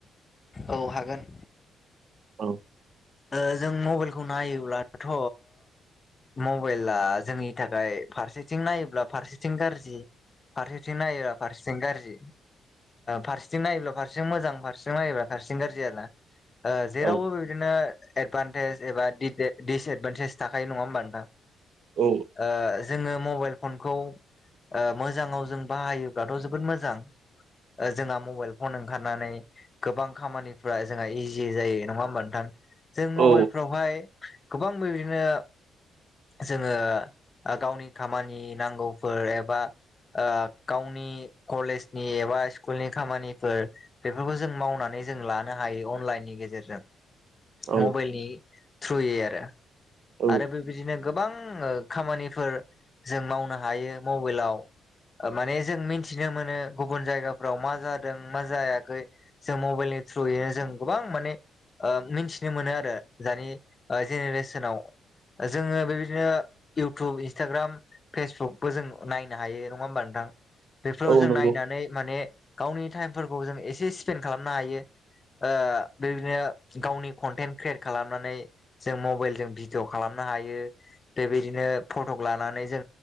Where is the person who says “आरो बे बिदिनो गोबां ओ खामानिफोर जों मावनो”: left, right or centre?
Left